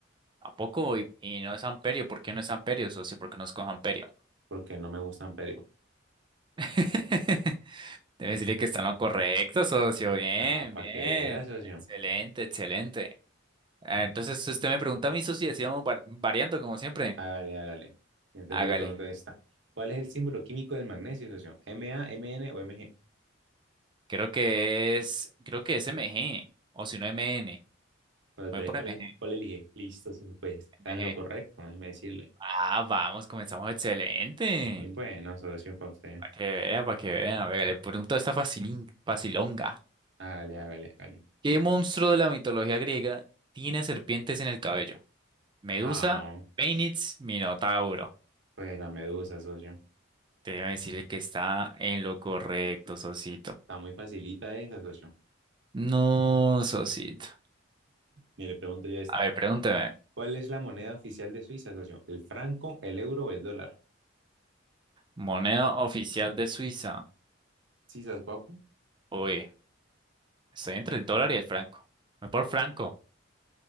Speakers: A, on the right; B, on the right.
A: ¿A poco? Y, y no es amperio, ¿por qué no es amperio, socio? ¿Por qué no escojo amperio?
B: porque no me gustan, pero.
A: <laughs> Debe decirle que está en lo correcto, socio. Bien,
B: Ah, para
A: bien.
B: que vea, socio.
A: Excelente, excelente. Ah, Entonces, si usted me pregunta a mí, socio, y así vamos var- variando como siempre.
B: Hágale, hágale. Y entonces
A: Hágale.
B: yo le pregunto esta. ¿Cuál es el símbolo químico del magnesio, socio? M A, M N o MG?
A: Creo que es, creo que es MG, o si no MN.
B: Pues,
A: Voy por
B: ¿cuál,
A: MG,
B: cuál elige? Listo, socio, pues está
A: MG.
B: en lo correcto, déjeme decirle.
A: Ah, vamos, comenzamos excelente.
B: Y bueno, socio, para usted.
A: Para que vea, para que vea. Venga, le pregunto esta facilín, facilonga.
B: Hágale, hágale, hágale.
A: ¿Qué monstruo de la mitología griega tiene serpientes en el cabello? Medusa,
B: Ah,
A: Fénix, Minotauro.
B: pues la medusa, socio.
A: Debe decirle que está en lo correcto, Sosito.
B: Está muy facilita esa, socio.
A: No, Sosito.
B: Ni le pregunto yo esta.
A: A ver, pregúnteme.
B: ¿Cuál es la moneda oficial de Suiza, socio? ¿El franco, el euro o el dólar?
A: Moneda oficial de Suiza.
B: Sí, sas papu.
A: Oye, estoy entre el dólar y el franco. Me por franco.